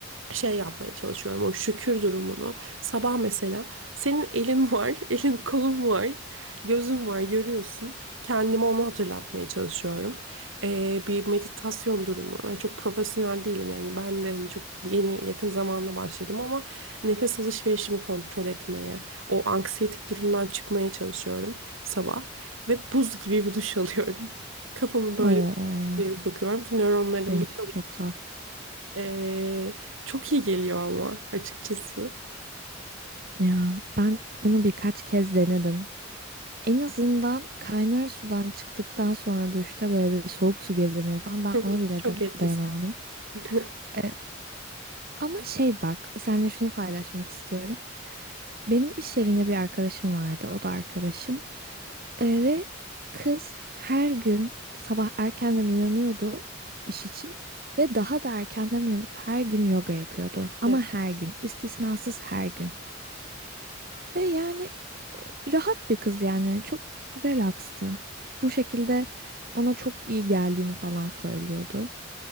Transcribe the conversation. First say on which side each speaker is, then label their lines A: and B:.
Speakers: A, on the right; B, on the right.
A: şey yapmaya çalışıyorum o şükür durumunu. Sabah mesela senin elin var, <laughs> elin kolun var, gözün var görüyorsun. Kendime onu hatırlatmaya çalışıyorum. Ee, bir meditasyon durumu. Ben çok profesyonel değilim yani ben de hani çok yeni yakın zamanda başladım ama nefes alışverişimi kontrol etmeye, o anksiyetik durumdan çıkmaya çalışıyorum sabah ve buz gibi bir duş <laughs> alıyorum. Kafamı böyle
B: Oo,
A: buraya sokuyorum ki nöronlarım
B: benim
A: bir
B: için çok zor.
A: ee, çok iyi geliyor ama açıkçası.
B: Ya ben bunu birkaç kez denedim. En azından kaynar sudan çıktıktan sonra duşta böyle bir soğuk su gezdirmeyi falan ben
A: Hı hı,
B: ona bile
A: Çok
B: de-
A: etkisi.
B: dayanamadım.
A: <laughs>
B: E, ama şey bak, seninle şunu paylaşmak istiyorum. Benim iş yerinde bir arkadaşım vardı, o da arkadaşım. E, ve kız her gün sabah erkenden uyanıyordu iş için ve daha da erkenden uyanıp her gün yoga yapıyordu. Ama
A: Evet.
B: her gün, istisnasız her gün. Ve yani rahat bir kız yani çok relaxtı. Bu şekilde ona çok iyi geldiğini falan söylüyordu.